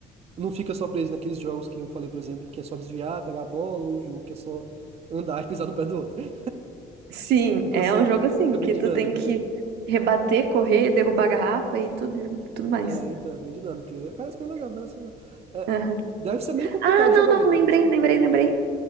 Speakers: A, on the right; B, on the right.
A: não fica só preso naqueles jogos que eu falei, por exemplo, que é só desviar, pegar a bola, ou o jogo que é só andar <laughs> e pisar no pé do outro. <laughs>
B: Sim,
A: Você
B: é um jogo assim,
A: fica bem
B: que
A: dinâmico,
B: tu tem que
A: né?
B: rebater, correr, derrubar a garrafa e tudo, tudo mais.
A: É, então, é bem dinâmico. É, Parece bem legal, parece legal. É,
B: Aham.
A: deve ser meio complicado
B: Ah, não,
A: jogar
B: não,
A: ele, né?
B: lembrei,
A: Por isso que.
B: lembrei, lembrei.